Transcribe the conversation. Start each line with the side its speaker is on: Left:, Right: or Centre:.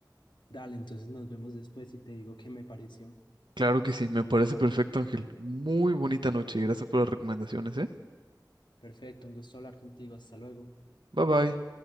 Left: Dale, entonces nos vemos después y te digo qué me pareció.
Right: Claro que sí, me parece perfecto, Ángel. Muy bonita noche y gracias por las recomendaciones, ¿eh?
Left: Perfecto, un gusto hablar contigo, hasta luego.
Right: Bye bye.